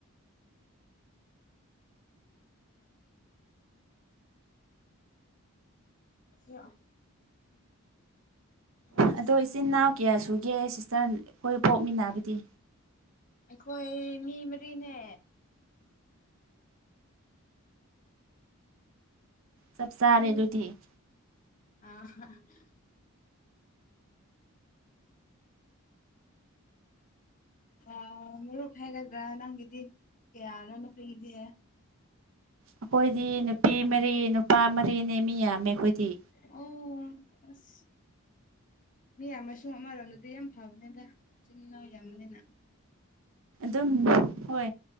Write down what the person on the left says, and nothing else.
ꯌꯥ ꯑꯩꯈꯣꯏ
ꯑꯩꯈꯣꯏ ꯃꯤ ꯃꯔꯤꯅꯦ
ꯃꯤ <unintelligible> <unintelligible> ꯃꯔꯨꯞ ꯍꯥꯏꯔꯒ ꯅꯪꯒꯤꯗꯤ ꯀꯌꯥꯅꯣ ꯅꯈꫭꯏꯒꯤꯗꯤ
<unintelligible> ꯃꯤ ꯌꯥꯝꯃꯁꯨ ꯑꯃꯔꯣꯝꯗꯗꯤ ꯌꯥꯝ ꯐꯕꯅꯤꯗ ꯆꯤꯟꯅꯥꯎ ꯌꯥꯝꯕꯅꯤꯅ